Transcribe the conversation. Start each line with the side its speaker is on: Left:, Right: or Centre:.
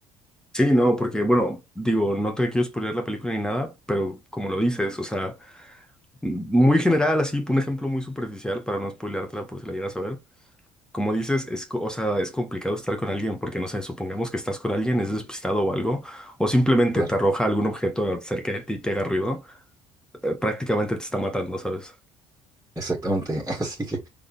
Centre: Sí, no, porque, bueno, digo, no te quiero spoilear la película ni nada, pero como lo dices, o sea, muy general, así, un ejemplo muy superficial para no spoileártela por si la llegas a ver. Como dices, es, co- o sea, es complicado estar con alguien porque, no sé, supongamos que estás con alguien, es despistado o algo, o simplemente
Right: Claro,
Centre: te arroja algún objeto cerca de ti que haga ruido, eh, prácticamente te está matando, ¿sabes?
Right: exactamente. <laughs> Así que